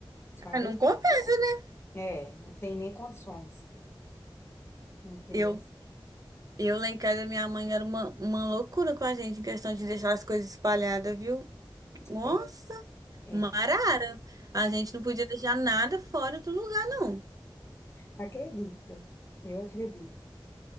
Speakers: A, on the left; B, on the right.
A: sabe?
B: Ah, Não compensa, né?
A: É, não tem nem condições, entendeu?
B: Eu, eu lá em casa, minha mãe era uma, uma loucura com a gente em questão de deixar as coisas espalhadas, viu? Nossa,
A: É,
B: uma
A: é.
B: arara. A gente não podia deixar nada fora do lugar, não.
A: Acredita, eu acredito.